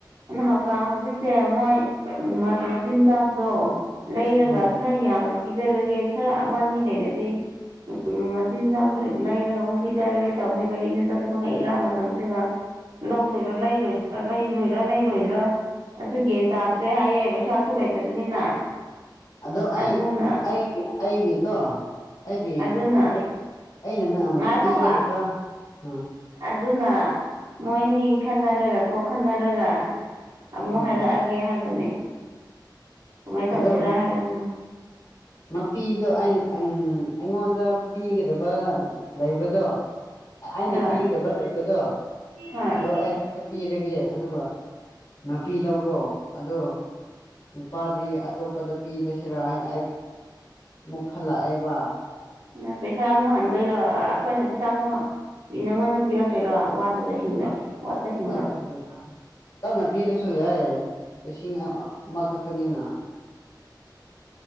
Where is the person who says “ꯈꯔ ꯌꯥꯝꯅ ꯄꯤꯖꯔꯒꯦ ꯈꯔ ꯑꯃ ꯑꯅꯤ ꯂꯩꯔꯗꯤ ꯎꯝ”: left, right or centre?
Right